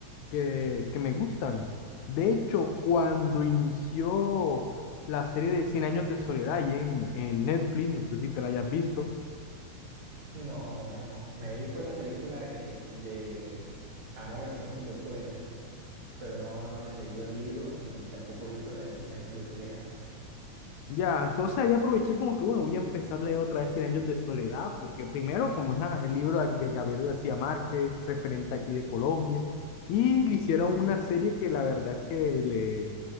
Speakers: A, on the left; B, on the right.
A: que, que me gustan. De hecho, cuando inició la serie de cien años de soledad ahí en, en Netflix, no sé si te la hayas visto,
B: No, la verdad no. Me vi fue la película de, de Amor en los tiempos del cólera, pero no, no me he leído el libro ni tampoco he visto la de Cien años de soledad.
A: Ya, entonces ahí aproveché como que, bueno, voy a empezar a leer otra vez Cien años de soledad, porque primero, como es ah, el libro de Gabriel García Márquez, referente aquí de Colombia, y le hicieron una serie que la verdad es que le,